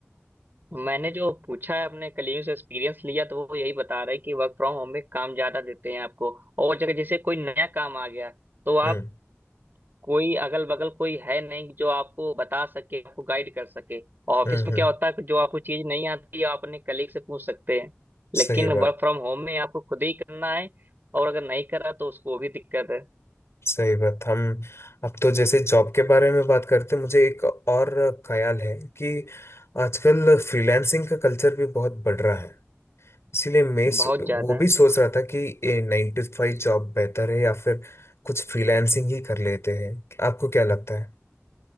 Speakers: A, on the right; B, on the left.
A: मैंने जो पूछा है अपने कलीग से एक्सपीरियंस लिया तो वो यही बता रहे हैं कि वर्क फ्रॉम होम में काम ज्यादा देते हैं आपको और जगह जैसे कोई नया काम आ गया तो
B: हम्म
A: आप कोई अगल बगल कोई है नहीं जो आपको बता सके आपको गाइड कर सके ऑफिस
B: हम्म
A: में
B: हम्म
A: क्या होता है कि जो आपको चीज नहीं आती आप अपने कलीग से पूछ सकते हैं लेकिन
B: सही बात
A: वर्क फ्रॉम होम में आपको खुद ही करना है और अगर नहीं करा तो उसको भी दिक्कत है
B: सही बात हम अब तो जैसे जॉब के बारे में बात करते हैं, मुझे एक और ख्याल है कि आजकल फ्रीलांसिंग का कल्चर भी बहुत बढ़ रहा है इसीलिए मैं सो-
A: बहुत ज्यादा
B: वो भी सोच रहा था कि ये नाइन टू फाइव जॉब बेहतर है या फिर कुछ फ्रीलांसिंग ही कर लेते हैं आपको क्या लगता है